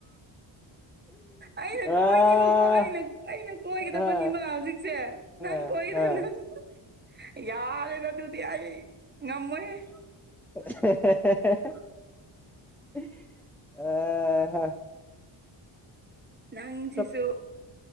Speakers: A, on the right; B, in the centre.
A: ꯑꯩꯅ
B: ꯑꯥ
A: ꯀꯣꯏꯅꯤꯕꯀꯣ ꯑꯩꯅ ꯑꯩꯅ ꯀꯣꯏꯒꯗꯕꯅꯤꯕ
B: ꯍꯣꯏ
A: ꯍꯧꯖꯤꯛꯁꯦ
B: ꯍꯣꯏ
A: ꯅꯪ ꯀꯣꯏꯗ
B: ꯍꯣꯏ
A: <unintelligible> ꯌꯥꯔꯦꯗ ꯑꯗꯨꯗꯤ ꯑꯩ ꯉꯝꯃꯣꯏ
B: <unintelligible>
A: ꯅꯪꯁꯤꯁꯨ
B: ꯆꯞ